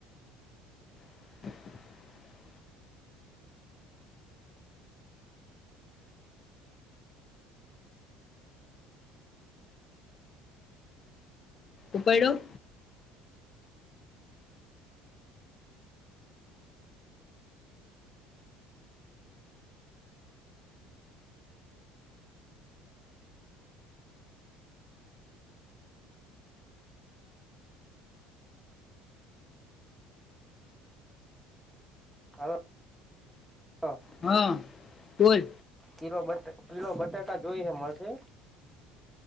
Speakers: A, on the left; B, in the centre.
A: <unintelligible> ઉપાડયો.
B: હ, હા.
A: હા, બોલ?
B: કીલો બટ, કીલો બટાકા જોઈ હ મળે છે?